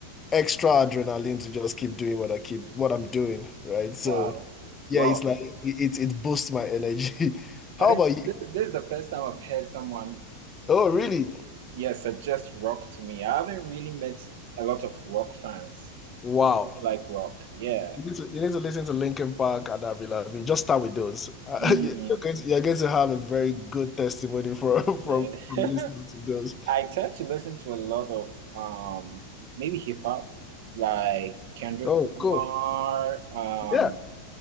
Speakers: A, on the left; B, on the right.
A: extra adrenaline to just keep doing what I keep what I'm doing, right? So
B: Wow. Rock.
A: yeah, it's like it it, it boosts my energy. <laughs>
B: I
A: How
B: think
A: about
B: this,
A: you?
B: this is the first time I've heard someone,
A: Oh, really?
B: yeah, suggest rock to me. I haven't really met a lot of rock fans,
A: Wow.
B: people who like rock. Yeah.
A: You need to, you need to listen to Linkin Park and Avril Lavigne. Just start with those. Uh,
B: Mm,
A: <laughs> you- you're going to, you're going to have a very good testimony for <laughs> from
B: yeah.
A: from
B: <laughs>
A: listening to those.
B: I tend to listen to a lot of um maybe hip hop, like Kendrick
A: Oh,
B: Lamar,
A: cool.
B: um
A: Yeah.